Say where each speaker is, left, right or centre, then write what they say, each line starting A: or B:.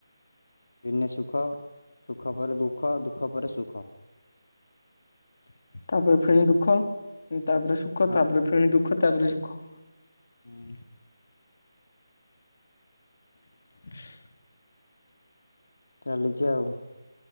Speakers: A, on the left (about 80°); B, on the left (about 50°).
A: ଦିନେ ସୁଖ ସୁଖ ପରେ ଦୁଃଖ ଦୁଃଖ ପରେ ସୁଖ। <inaudible>
B: ତାପରେ ଫେଣି ଦୁଃଖ ତାପରେ ସୁଖ
A: ହଁ
B: ତାପରେ ଫେଣି ଦୁଃଖ ତାପରେ ସୁଖ
A: ହୁଁ
B: <inaudible>
A: ଚାଲିଛି ଆଉ